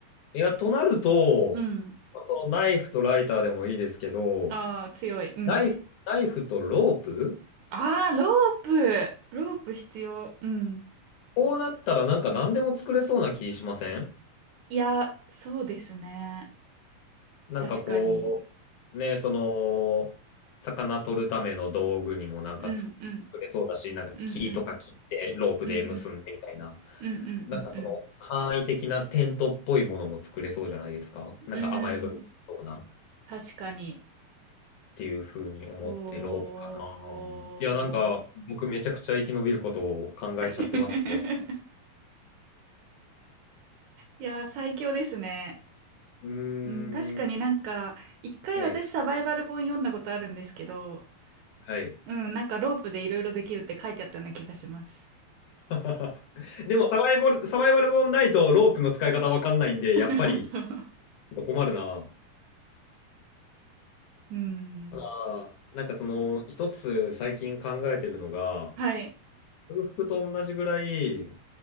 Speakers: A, on the left (about 65°); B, on the right (about 75°).
A: いや、となると、
B: うん。
A: あとナイフとライターでもいいですけど、
B: ああ、強い。うん。
A: ナイフ、ナイフとロープ
B: ああ、ロープ。ロープ必要。うん。
A: こうなったらなんか何でも作れそうな気しません
B: いや、そうですね。
A: なんかこう、
B: 確かに。
A: ね、その、魚取るための道具にもなんか作
B: うん、うん、
A: れそうだし、なんか木とか切ってロープで結んでみたいな、
B: うん、うん、うん、うん、うん、
A: なんかその簡易的なテントっぽいものも作れそうじゃないですか。
B: うん、うん、
A: なんか雨宿りにそうなっ
B: うん。うん、確かに。
A: ていうふうに思ってロープかな。
B: おー。
A: いや、なんか僕めちゃくちゃ生き延びることを考えちゃってますけど。
B: <laughs> いや、最強ですね。
A: うー
B: うん、確かになんか、
A: ん、
B: 一回私サバイバル本読んだことあるんですけど、
A: はい、はい。
B: うん、なんかロープでいろいろできるって書いてあったような気がします。
A: <laughs> でもサバイバル、サバイバル本ないとロープの使い方わかんないんで、
B: <laughs>
A: やっぱり。
B: そう。
A: 困るな。
B: うん。
A: ただ、なんかその、一つ最近考えてるのが、
B: はい。
A: 空腹と同じぐらい